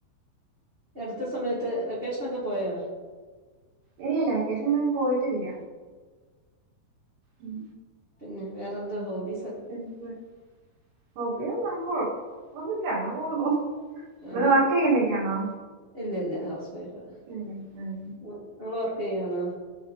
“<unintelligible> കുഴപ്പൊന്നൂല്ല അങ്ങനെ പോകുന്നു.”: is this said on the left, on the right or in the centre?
Right